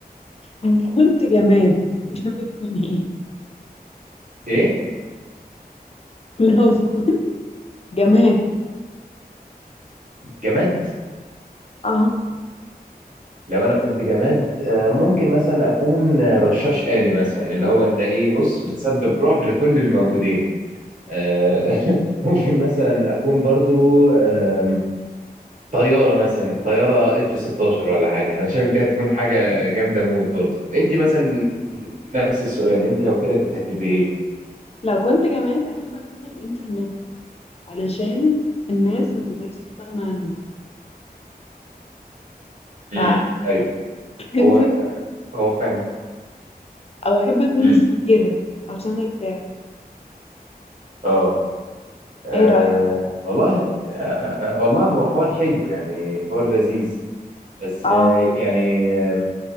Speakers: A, on the left; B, on the right.
A: لو كنت جماد تحب تكون ايه
B: إيه
A: <laughs> لو كنت جماد
B: جماد
A: اه
B: لو انا كنت جماد آه، ممكن مثلا اكون آه، رشاش آلي مثلا اللي هو انت ايه بص بتسبب رعب لكل الموجودين آه، <laughs> ممكن مثلا اكون برضو آم، طيارة مثلا طيارة اف 16 ولا حاجة انا شايف دي هتكون حاجة جامدة موت برضو انت مثلا نفس السؤال انت لو كده كنت هتبقي ايه
A: لو كنت جماد احب اكون الانترنت علشان الناس ما تقدرش تستغنى عنه
B: امم
A: فاحب
B: ايوه
A: أكون
B: هو
A: الجماد.
B: هو فعلا
A: او احب اكون
B: امم
A: السرير عشان ارتاح
B: اه آه،
A: ايه رأيك
B: والله آه، آه، والله هو حوار حلو يعني حوار لذيذ بس
A: اه
B: آه، يعني آه،